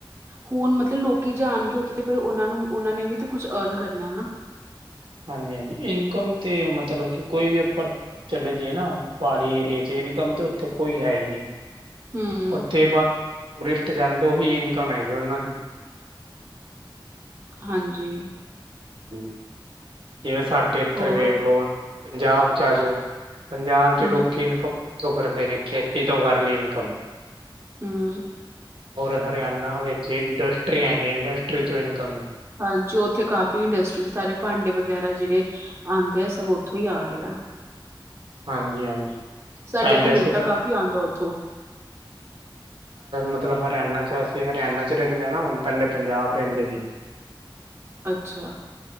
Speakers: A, on the right (about 30°); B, on the right (about 80°).
A: ਹੁਣ ਮਤਲਬ ਲੋਕੀ ਜਾਣਗੇ ਉੱਥੇ ਤੇ ਫਿਰ ਓਨਾਂ ਨੂੰ ਉਨਾਂ ਨੇ ਵੀ ਤੇ ਕੁੱਛ ਅਰਨ ਕਰਨੈ ਨਾ।
B: ਹਾਂਜੀ-ਹਾਂਜੀ ਇਨਕਮ ਤੇ ਮਤਲਬ ਕਿ ਕੋਈ ਵੀ ਆਪਾਂ ਚਲੇੇ ਜੀਏ ਨਾ ਪਾੜੀ ਏਰੀਏ 'ਚ ਇਨਕਮ ਤਾਂ ਉੱਥੇ ਕੋਈ ਹੈ ਹੀ ਨੀ।
A: ਹਮ
B: ਉੱਥੇ ਬਸ ਟੂਰਿਸਟ ਜਾਂਦੇ ਓਹੀ ਇਨਕਮ ਹੈਗੀ ਓਨਾਂ ਦੀ।
A: ਹਾਂਜੀ
B: ਹੂੰ ਜਿਵੇਂ ਸਾਡੇ ਏਥੇ
A: ਹੋਰ
B: ਵੇਖ ਲੋ ਪੰਜਾਬ ਚ ਆ ਜੋ। ਪੰਜਾਬ ਚ
A: ਹਮ
B: ਲੋਕੀ ਇਨਕਮ ਕਿੱਥੋਂ ਕਰਦੇ ਨੇ ਖੇਤੀ ਤੋਂ ਕਰਲੀ ਇਨਕਮ।
A: ਹੂੰ।
B: ਹੋਰ ਹਰਿਆਣਾ ਵਿੱਚ ਇੰਡਸਟਰੀ ਹੈਗੀ ਇੰਡਸਟਰੀ ਤੋਂ ਇਨਕਮ। ਹੈ
A: ਹਾਂਜੀ ਉੱਥੇ ਕਾਫੀ ਇੰਡਸਟਰੀਜ਼ ਸਾਰੇ ਭਾਂਡੇ ਵਗੈਰਾ ਜਿਹੜੇ ਆਉਂਦੇ ਆ ਸਭ ਉੱਥੋਂ ਹੀ ਆ ਰਿਹਾ
B: ਹਾਂਜੀ ਹਾਂਜੀ
A: ਸਾਡੇ
B: ਪਹਿਲੇ
A: ਇਥੇ ਲੋਟਾ
B: ਸੀ
A: ਕਾਫ਼ ਆਉਂਦਾ ਉੱਥੋਂ
B: ਮਤਲਬ ਹਰਿਆਣਾ ਚ ਅਸੀਂ ਹਰਿਆਣਾ ਚ ਰਹਿੰਦੇ ਹੁਣ ਤਾਂ ਪਹਿਲੇ ਪੰਜਾਬ ਰਹਿੰਦੇ ਸੀ।
A: ਅੱਛਾ